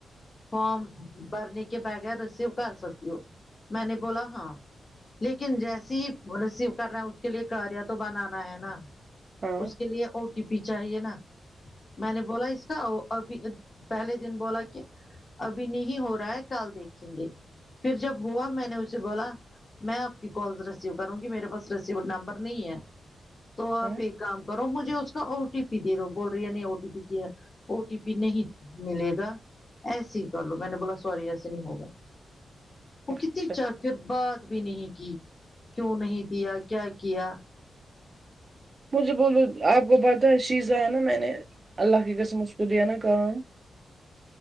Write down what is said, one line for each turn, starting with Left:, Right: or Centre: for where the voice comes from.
Left: فارم بھرنے کے بغیر ریسیو کر سکی ہو میں نے بولا ہاں لیکن جیسی ہی ریسیو کر رہے ہیں اس کے لیے کاریا تو بنانا ہے نا
Right: ہاں ہاں
Left: اس کے لیے او ٹی پی چاہیے نا میں نے بولا اس کا ابھی پہلے دن بولا کہ ابھی نہیں ہو رہا ہے کل دیکھیں گے پھر جب ہوا میں نے اس بولا میں آپ کی کال ریسیو کروں گی میرے پاس ریسیو نمبر نہیں ہے تو آپ
Right: ہاں
Left: ایک کام کرو مجھے اس کا او ٹی پی دے دو بول رہی نہیں او ٹی پی کیا او ٹی پی نہیں ملے گا ایسے ہی کر لو میں نے بولا سوری ایسے نہیں ہوگا وہ
Right: اچھا
Left: کتنی چارفر بات بھی نہیں کی کیوں نہیں دیا کیا کیا
Right: مجھے بولو آپ کو پتہ ہے شیزہ ہے نا میں نے اللہ کی قسم اس کو دیا نا کام